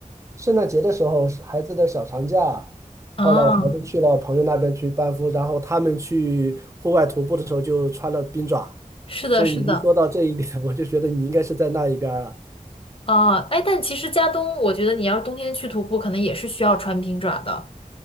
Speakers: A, on the right (about 20°); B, on the left (about 40°).
A: 圣诞节的时候，是孩子的小长假，
B: 啊，
A: 后来我孩子去了朋友那边去班夫，然后他们去户外徒步的时候就穿了冰爪，
B: 是的，
A: 所以你一说到这一点，
B: 是的。
A: <laughs> 我就觉得你应该是在那一边儿了。
B: 啊，哎，但其实加东，我觉得你要是冬天去徒步，可能也是需要穿冰爪的。